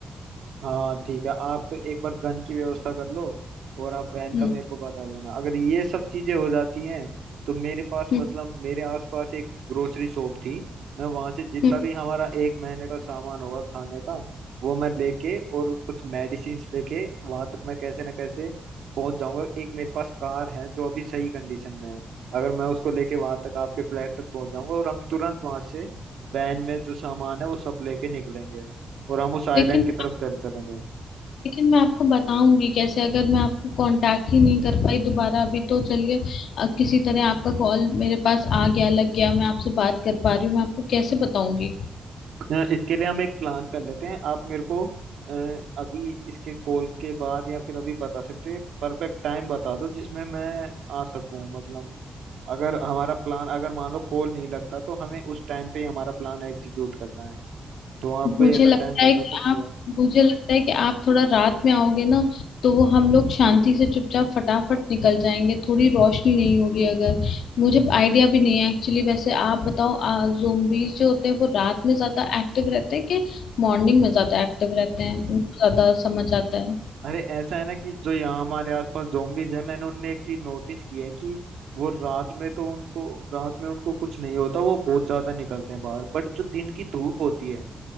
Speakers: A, on the right; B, on the left.
A: हाँ ठीक है आप एक बार गन की व्यवस्था कर लो और आप वैन
B: हम्म
A: का मेरे को बता देना अगर ये सब चीजें हो जाती हैं तो मेरे पास
B: हम्म
A: मतलब मेरे आसपास एक ग्रोसरी शॉप थी मैं वहां से जितना
B: हम्म।
A: भी हमारा एक महीने का सामान होगा खाने का वो मैं लेके और कुछ मेडिसिन लेके वहां तक मैं कैसे ना कैसे पहुंच जाऊंगा एक मेरे पास कार है जो अभी सही कंडीशन में है अगर मैं उसको लेके वहां तक आपके फ्लैट तक पहुंच जाऊंगा और हम तुरंत वहां से वैन में जो सामान है वो सब लेके निकलेंगे और हम उस आइलैंड
B: लेकिन
A: की तरफ चल चलेंगे
B: लेकिन मैं आपको बताऊंगी कैसे अगर मैं आपको कांटेक्ट ही नहीं कर पाई दोबारा अभी तो चलिए अ, किसी तरह आपका कॉल मेरे पास आ गया लग गया मैं आपसे बात कर पा रही हूँ मैं आपको कैसे बताऊंगी
A: अ, इसके लिए हम एक प्लान कर लेते हैं आप मेरे को अ, अभी इसके कॉल के बाद या फिर अभी बता सकते हो एक परफेक्ट टाइम बता दो जिसमें मैं आ सकूं मतलब अगर हमारा प्लान अगर मान लो कॉल नहीं लगता तो हमें उस टाइम पे ही हमारा प्लान एग्जीक्यूट करना है तो आप कोई
B: मुझे
A: ऐसा
B: लगता
A: टाइम बता
B: है कि
A: सकते
B: आप
A: हो
B: मुझे लगता है कि आप थोड़ा रात में आओगे ना तो वो हम लोग शांति से चुपचाप फटाफट निकल जाएंगे थोड़ी रोशनी नहीं होगी अगर मुझे आइडिया भी नहीं है एक्चुअली वैसे आप बताओ आ, zombies जो होते हैं वो रात में ज्यादा एक्टिव रहते हैं कि मॉर्निंग में ज्यादा एक्टिव रहते हैं उनको ज्यादा समझ
A: हम्म।
B: आता है
A: अरे ऐसा है ना कि जो यहाँ हमारे आसपास zombies है मैंने उनमें एक चीज नोटिस की है कि वो रात में तो उनको रात में उनको कुछ नहीं होता वो बहुत ज्यादा निकलते हैं बाहर बट जो दिन की धूप होती है